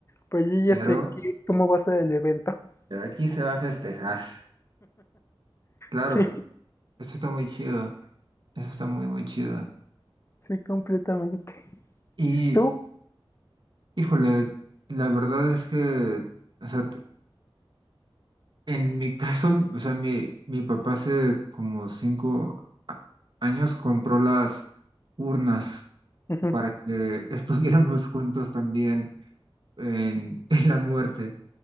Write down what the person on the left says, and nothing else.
pues yo ya
sé que, cómo va a ser el evento. <laughs>
Sí,
sí, completamente.
¿Tú?
Ujú,